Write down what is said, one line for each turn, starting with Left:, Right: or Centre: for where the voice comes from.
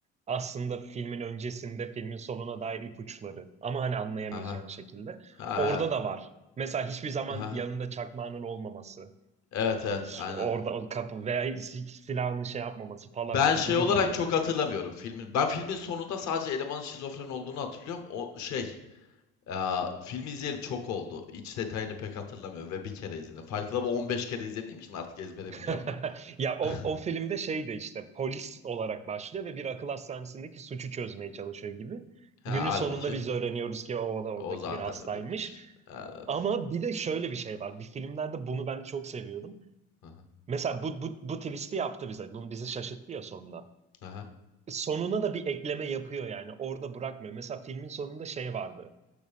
Right: aslında filmin öncesinde filmin sonuna dair ipuçları. Ama hani anlayamayacağın
Left: Ha ha.
Right: şekilde.
Left: Ha,
Right: Orada
Left: evet.
Right: da var. Mesela hiçbir zaman
Left: Ha.
Right: yanında çakmağının olmaması.
Left: Evet evet
Right: Hani s-
Left: aynen.
Right: orada o kapı veya si- silahını şey yapmaması falan
Left: Ben şey
Right: gibi
Left: olarak
Right: gibi.
Left: çok hatırlamıyorum filmin. Ben filmin sonunda sadece elemanın şizofren olduğunu hatırlıyorum. O şey, eee, filmi izleyeli çok oldu. İç detayını pek hatırlamıyorum ve bir kere izledim. Fight Club'ı 15 kere izlediğim için artık ezbere
Right: <laughs>
Left: biliyorum da.
Right: Ya o,
Left: <laughs>
Right: o filmde şey de işte polis olarak başlıyor ve bir akıl hastanesindeki suçu çözmeye çalışıyor gibi.
Left: Ha,
Right: Günün
Left: halbuki
Right: sonunda biz öğreniyoruz ki o da oradaki
Left: o zaten
Right: bir hastaymış.
Left: öyle bir iş. Evet.
Right: Ama bir de şöyle bir şey var. Bir filmlerde bunu ben çok seviyorum.
Left: Aha.
Right: Mesela bu, bu, bu twist'i yaptı bize. Bunu bizi şaşırttı ya sonunda.
Left: Aha.
Right: Sonuna da bir ekleme yapıyor yani. Orada bırakmıyor. Mesela filmin sonunda şey vardı.